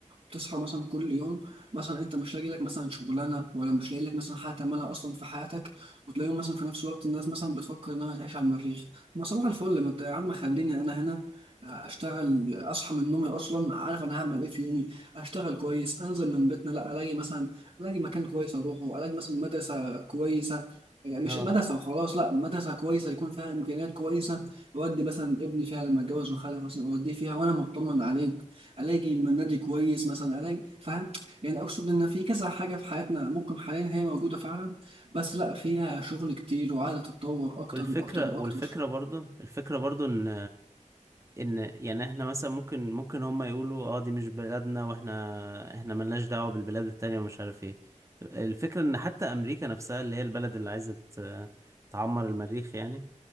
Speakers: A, on the right (about 50°); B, on the right (about 25°).
A: تصحى مثلا كل يوم مثلا انت مش لاقي لك مثلا شغلانه ولا مش لاقي لك مثلا حاجه تعملها اصلا في حياتك وتلاقيهم مثلا في نفس الوقت الناس مثلا بتفكر انها تعيش على المريخ ما صباح الفل ما انت يا عم خليني انا هنا آه، اشتغل اصحى من نومي اصلا عارف انا هعمل ايه في يومي اشتغل كويس انزل من بيتنا لا الاقي مثلا الاقي مكان كويس اروحه الاقي مثلا مدرسه كويسه يعني مش
B: اه
A: مدرسة وخلاص لا مدرسة كويسة يكون فيها إمكانيات كويسة أودي مثلا ابني فيها لما أتجوز وخلف مثلا أوديه فيها وأنا مطمن عليه الاقي من نادي كويس مثلا الاقي فاهم يعني اقصد ان في كذا حاجه في حياتنا ممكن حاليا هي موجوده فعلا بس لا فيها شغل كتير وعايزه تتطور اكتر
B: والفكرة
A: واكتر واكتر
B: والفكرة برضو الفكرة برضو ان ان يعني احنا مثلا ممكن ممكن هما يقولوا اه دي مش بلادنا واحنا احنا ملناش دعوة بالبلاد التانية ومش عارف ايه الفكرة ان حتى امريكا نفسها اللي هي البلد اللي عايزة ت- تعمر المريخ يعني